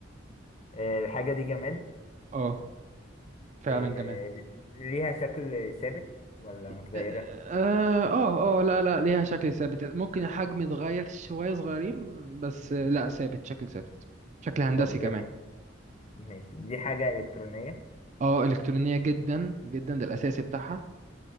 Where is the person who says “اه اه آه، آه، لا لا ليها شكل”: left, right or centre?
Right